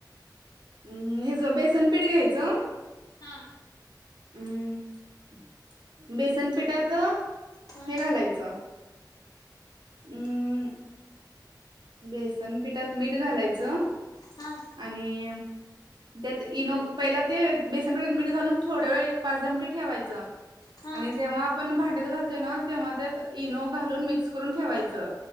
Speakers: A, on the right; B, on the left.
A: हम्म ह ज बेसन पीठ घ्यायचं.
B: हा
A: अम् बेसनपिठत
B: हा
A: हे घालायचं. अम् बेसन पिठात मीठ घालायचं.
B: हा
A: आणि... त्यात इनो पहिला ते बेसन पिठात मीठ घालून थोड्या वेळ एक पाच दहा मिनिट ठेवायचं.
B: हा
A: आणि जेव्हा आपण भांड्यात घालतो ना तेव्हा त्यात इनो घालून मिक्स करून ठेवायचं